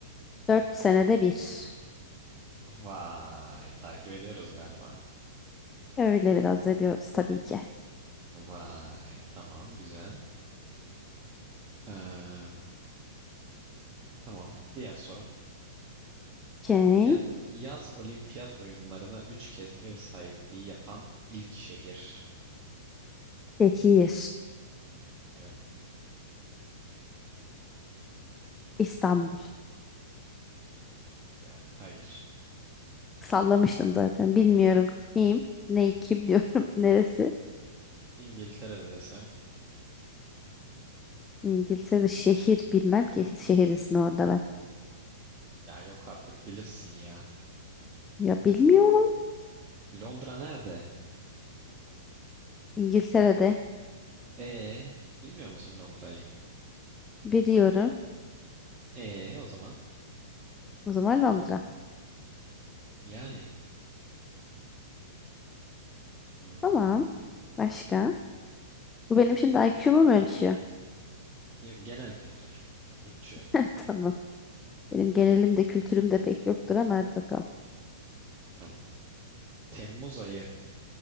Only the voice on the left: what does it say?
Dört senede bir.
Öyle biraz ediyoruz tabii ki.
Okey.
Tekir.
İstanbul.
Sallamıştım zaten. Bilmiyorum kim, ne kim diyorum. <laughs> Neresi?
İngiltere'de şehir bilmem ki şehir ismi orada ben.
Ya bilmiyorum.
İngiltere'de
Biliyorum.
O zaman Londra.
Tamam. Başka? Bu benim şimdi IQ'mu mu ölçüyor?
<laughs> Tamam. Benim genelim de kültürüm de pek yoktur ama hadi bakalım.